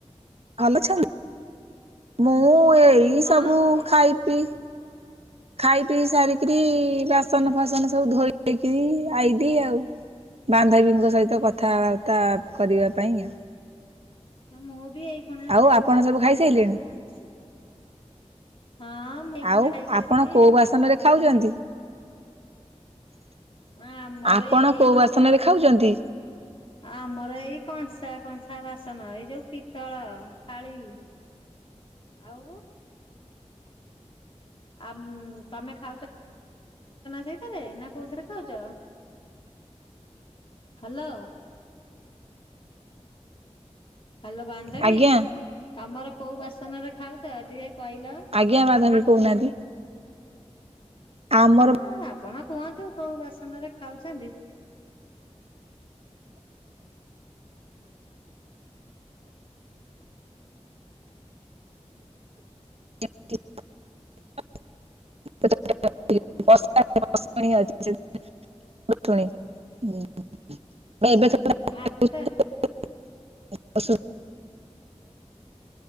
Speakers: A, on the right (about 60°); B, on the left (about 50°).
A: ଭଲ ଅଛନ୍ତି? ମୁଁ ଏଇ
B: ହଁ
A: ସବୁ
B: ଭଲ
A: ଖାଇ ପିଇ ଖାଇ ପିଇ ସାରିକିରି ବାସନ ଫାସନ ସବୁ ଧୋଇଦେଇକିରି ଆଇବି ଆଉ। ବାନ୍ଧବୀଙ୍କ ସହିତ କଥାବାର୍ତ୍ତା କରିବା ପାଇଁ ଆଉ।
B: ହ ମୁଁ ବି ଏଇ ଖୁଣା
A: ଆଉ
B: ଖାଇକି
A: ଆପଣ
B: ଆସିଲି।
A: ସବୁ ଖାଇସାଇଲେଣି?
B: ହଁ ମୁଁ ଏଇ
A: ଆଉ
B: ଖୁଣିଆ ଖାଇକି
A: ଆପଣ
B: ଆଇଲି।
A: କୋଉ ବାସନରେ ଖାଉଚନ୍ତି?
B: ନା ଆମର
A: ଆପଣ
B: ଏଇ
A: କୋଉ
B: କଂସା
A: ବାସନରେ ଖାଉଚନ୍ତି?
B: ଆମର ଏଇ କଂସା କଂସା ବାସନ ଏଇ ଯୋଉ ପିତ୍ତଳ ଥାଳି। ଆଉ। ଆମ୍ ତମେ ଖାଉଛ ସେଇଥିରେ। ନା କୋଉଥିରେ ଖାଉଛ? ହାଲୋ ହାଲୋ ବାନ୍ଧବୀ
A: ଆଜ୍ଞା
B: ତମର କୋଉ ବାସନରେ ଖାଉଚ? ଟିକେ କହିଲ।
A: ଆଜ୍ଞା ବାନ୍ଧବି କହୁନାହାନ୍ତି। ଆମ୍
B: ଏ ଆପଣ କୁହନ୍ତୁ କୋଉ ବାସନରେ ଖାଉଛନ୍ତି?
A: <unintelligible> <unintelligible> ଏବେ <unintelligible>
B: ଭାତ